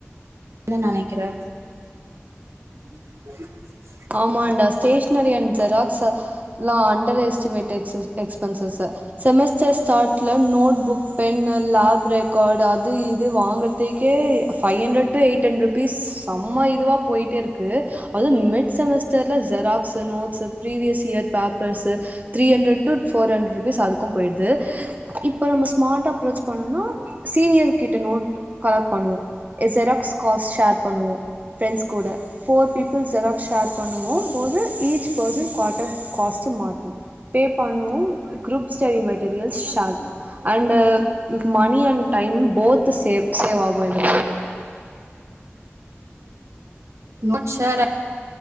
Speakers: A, on the right (about 80°); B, on the right (about 35°).
A: என்ன நினைக்கிறே <inaudible>
B: ஆமாண்டா ஸ்டேஷனரி அண்ட் ஜெராக்ஸ் எாம் அண்டர் எஸ்டிமேட் எ்பன் செமஸ்டர் ஸ்டாரல நோட் புக் பென்ன லேப் ரெக்கார்டு அது இது வாங்குறதக்கேவ் ஹண்ட்ரட் எயிட் ஹண்டர் ருபீஸ் செம்ம இதுவா போயிட்டே இருக்கு அதுவும் மெட் செமஸ்டர்ல ஜெர்ஸ் notes previous year papers three hundred to four hundred rupees அதுக்கும் போயிடுது இப்ப நம்ம ஸ்மார்ட் அப்ரோச் பண்ணும்னா சீனியர் கிட்ட நோட் கலெக்ட் பண்ணுவோம் ஜெராக்ஸ் காஸ்ட் ஷேர் பண்ணுவோம் ப்ரெண்ட்ஸ் கூட போர் பீபிள் ஜெராக்ஸ் ஷேர் பண்ணுவோ போது ஈச் பர்சன் குடர் காஸ் மாட்டும் பே பண்ணுவோ group study materials and money and time both save ஆகும் இது
A: நொட சேர் அ